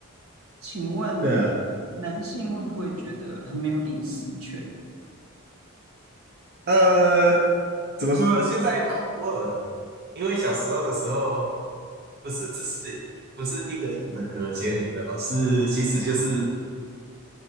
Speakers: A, on the right; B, on the right.
A: 请问
B: 对啊，
A: 男性会不会觉得很没有隐私权？
B: 呃，怎么说呢？现在好多了，因为小时候的时候，不是只是不是一个一个的隔间，有没有？是其实就是